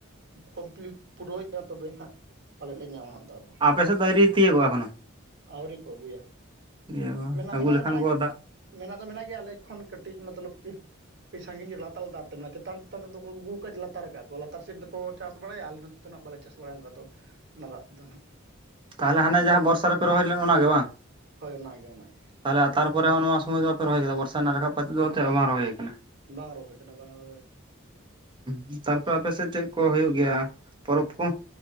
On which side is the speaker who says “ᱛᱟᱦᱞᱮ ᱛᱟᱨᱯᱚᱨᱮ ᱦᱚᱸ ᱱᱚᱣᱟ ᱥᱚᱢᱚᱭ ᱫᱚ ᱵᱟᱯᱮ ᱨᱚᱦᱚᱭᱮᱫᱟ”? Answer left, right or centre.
Right